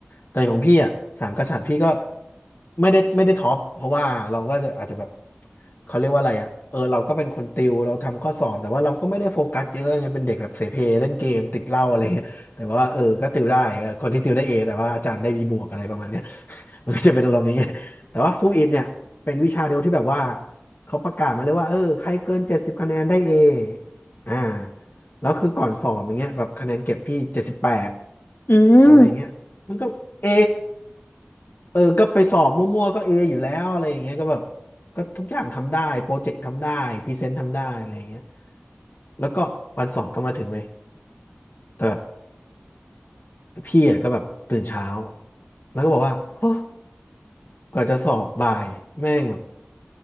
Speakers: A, on the left; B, on the left.
A: แต่ของพี่อ่ะสามกษัตริย์พี่ก็ไม่ได้ไม่ได้ท็อปเพราะว่าเราก็จะอาจจะแบบเขาเรียกว่าอะไรอ่ะเออเราก็เป็นคนติวเราทำข้อสอบแต่ว่าเราก็ไม่ได้โฟกัสเยอะไงเป็นเด็กแบบเสเพเล่นเกมติดเหล้าอะไรเงี้ยแต่ว่าเออก็ติวได้เออคนที่ติวได้เอแต่ว่าอาจารย์ได้บีบวกอะไรประมาณเนี้ย <laughs> มันก็จะเป็นอารมณ์นี้ไงแต่ว่าฟูอิดเนี่ยเป็นวิชาเดียวที่แบบว่าเขาประกาศมาเลยว่าเออใครเกินเจ็ดสิบคะแนนได้เออ่าแล้วคือก่อนสอบอย่างเงี้ยแบบคะแนนเก็บพี่เจ็ดสิบแปด
B: อืม
A: อะไรอย่างเงี้ย มันก็เอเออก็ไปสอบมั่วๆก็เออยู่แล้วอะไรอย่างเงี้ยก็แบบก็ทุกอย่างทำได้โปรเจกต์ทำได้พรีเซนต์ทำได้อะไรอย่างเงี้ยแล้วก็วันสองก็มาถึงเลยแต่แบบพี่อ่ะก็แบบตื่นเช้า แล้วก็บอกว่าโอ้กว่าจะสอบบ่ายแม่งแบบ